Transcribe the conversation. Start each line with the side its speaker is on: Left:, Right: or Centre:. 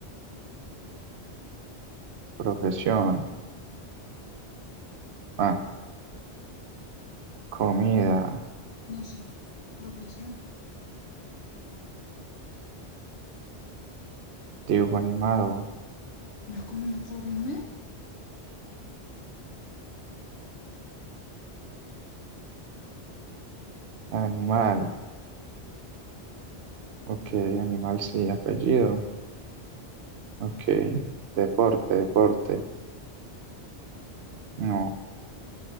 Right: Profesión. Ah, comida.
Left: No sé. Profesión.
Right: Dibujo animado.
Left: ¿La comida por M?
Right: Animal. Ok, animal sí. Apellido. Ok. Deporte, deporte. No,